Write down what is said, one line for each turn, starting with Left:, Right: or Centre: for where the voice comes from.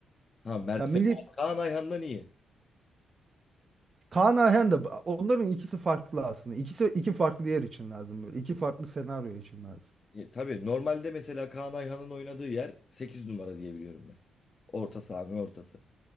Left: Ha Mert
Right: Ya milli
Left: fena. Kaan Ayhan'dan iyi.
Right: Kaan Ayhan da onların ikisi farklı aslında. İkisi iki farklı yer için lazım böyle. İki farklı senaryo için lazım.
Left: E, tabii normalde mesela Kaan Ayhan'ın oynadığı yer 8 numara diye biliyorum ben. Orta sahanın ortası.